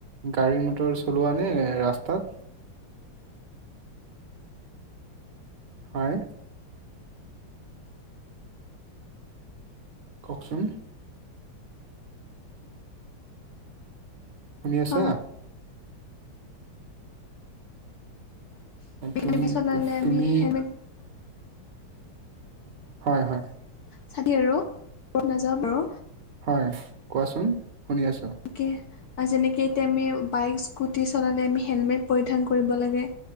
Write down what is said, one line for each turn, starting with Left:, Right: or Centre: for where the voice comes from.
Right: গাড়ী মটৰ চলোৱা নে ৰাস্তাত? হয়। কওকচোন। শুনি আছা?
Left: হয় <unintelligible>
Right: তুমি
Left: চলালে আমি
Right: তুমি
Left: সেনে <unintelligible>
Right: হয় হয়
Left: চালি আৰু ক'ত নাযাওঁ বাৰু।
Right: হয়, কোৱাচোন, শুনি আছোঁ।
Left: কে আজিলেকে, এতিয়া আমি বাইক স্কুটি চলালে আমি হেলমেট পৰিধান কৰিব লাগে,